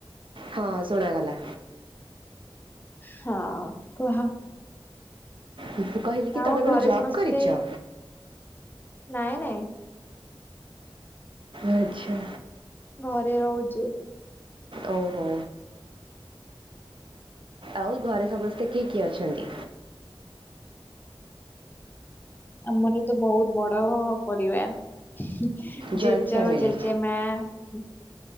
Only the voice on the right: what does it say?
ହଁ ଶୁଣାଗଲା।
ମୁ କହିଲି କି
ତମେ
କଣ ଜବ
କରିଚ?
ଆଚ୍ଛା।
ଓଃହୋ। ଆଉ ଘରେ ସମସ୍ତେ କିଏ କିଏ ଅଛନ୍ତି?
ଜଏଣ୍ଟ
ଫ୍ୟାମିଲି